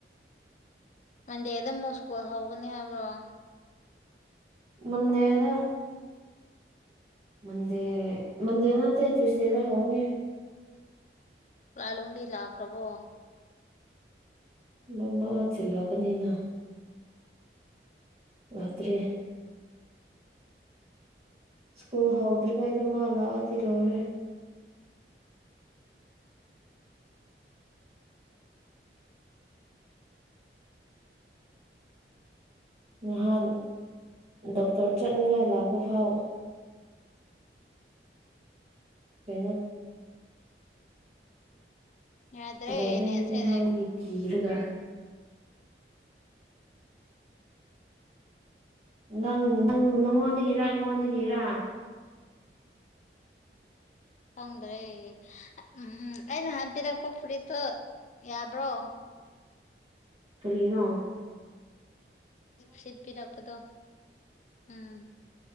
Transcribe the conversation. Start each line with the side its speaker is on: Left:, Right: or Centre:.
Left: ꯃꯟꯗꯦꯗ ꯑꯃꯨꯛ ꯁ꯭ꯀꯨꯜ ꯍꯧꯒꯅꯤ ꯍꯥꯏꯕ꯭ꯔꯣ
Right: ꯃꯗꯦꯗ ꯃꯗꯦ ꯃꯗꯦ ꯅꯠꯇ ꯆꯁꯗꯦꯅ ꯍꯅꯦ
Left: ꯂꯥꯂꯣꯡꯗꯤ ꯂꯥꯛꯈ꯭ꯔꯕꯣ
Right: ꯃꯃꯥ ꯆꯤꯜꯂꯛꯒꯅꯤꯅ ꯉꯥꯛꯇ꯭ꯔꯤ ꯁ꯭ꯀꯨꯜ ꯍꯧꯗ꯭ꯔꯤꯉꯥꯏꯗ ꯃꯥꯂꯥꯛꯑꯗꯤ ꯂꯣꯏꯔꯦ ꯅꯍꯥꯟ ꯗꯣꯛꯇꯔ ꯆꯠꯅꯤꯡꯉꯥꯏ ꯂꯥꯛꯄ ꯐꯥꯎ ꯀꯩꯅꯣ
Left: ꯌꯥꯗ꯭ꯔꯦ
Right: ꯂꯥꯏꯍꯟꯒꯅꯤ
Left: ꯅꯦꯠꯁꯦꯅꯦ
Right: ꯍꯥꯏꯒꯤ ꯀꯤꯔꯒ ꯅꯪ ꯅꯪ ꯅꯪꯉꯣꯟꯗꯒꯤꯔ ꯑꯩꯉꯣꯟꯗꯒꯤꯔꯥ
Left: ꯐꯗ꯭ꯔꯦ ꯎꯝ ꯎꯝ ꯑꯩꯅ ꯍꯟ ꯄꯤꯔꯛꯄ ꯐꯨꯔꯤꯠꯇꯣ ꯌꯥꯕ꯭ꯔꯣ
Right: ꯇꯔꯤꯔꯣ
Left: ꯁꯤꯠꯄꯤꯔꯛꯄꯗꯣ ꯎꯝ